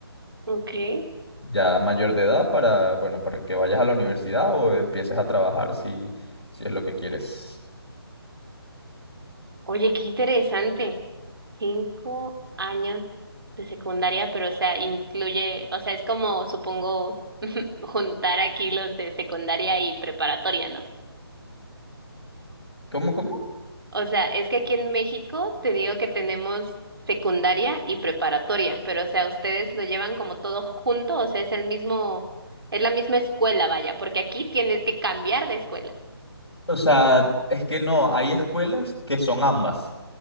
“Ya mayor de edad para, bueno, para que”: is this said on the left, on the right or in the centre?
Left